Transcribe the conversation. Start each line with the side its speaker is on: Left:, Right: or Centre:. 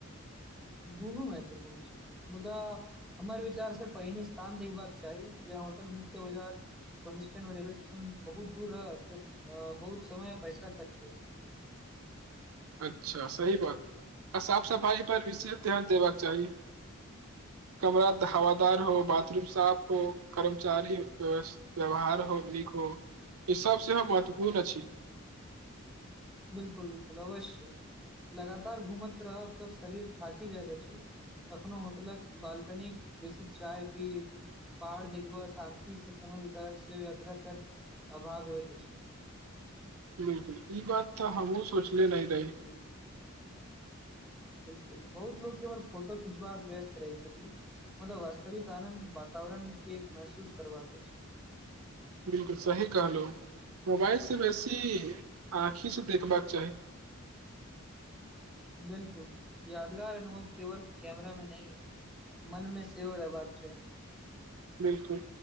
Centre: दुनू महत्वपूर्ण छै। मुदा हमर विचार से पहिने स्थान देखबाक चाही जे होटल मुख्य बजार बस स्टैंडऔ रेलवे स्टेशन बहुत दूर रह तऽ बहुत समय पैसा खर्च होइ।
Right: अच्छा सही बात आ साफ-सफाई पर विशेष ध्यान देबाक चाही। कमरा हवादार
Centre: बिल्कुल
Right: हो
Centre: बिल्कुल
Right: बाथरूम साफ हो। कर्मचारी व्यवस् व्यवहार हो नीक हो ई सब सेहो महत्वपूर्ण अछि।
Centre: बिल्कुल-बिल्कुल अवश्य लगातार घुमत रहब तऽ शरीर थाकि जाइत अछि। कखनो होटलक बालकनी बेसी चाय पीब पहाड़ देखबऽ शांति से समय बितायब से यात्रा कर अभाग होइत अछि।
Right: बिलकुल ई बात तऽ हमहु सोचले नै रही।
Centre: बिल्कुल बहुत लोक केवल फोटो खीचबाक व्यस्त रहै छथिन। मुदा वास्तविक आनन्द वातावरण के महसूस करबाक अछि।
Right: बिल्कुल सही कहलौं मोबाइल स बेसी आँखि स देखबाक चाही।
Centre: बिलकुल यादगार, अनुभव केवल कैमरा मे नै मन में सेहो रहबाक चाही।
Right: बिलकुल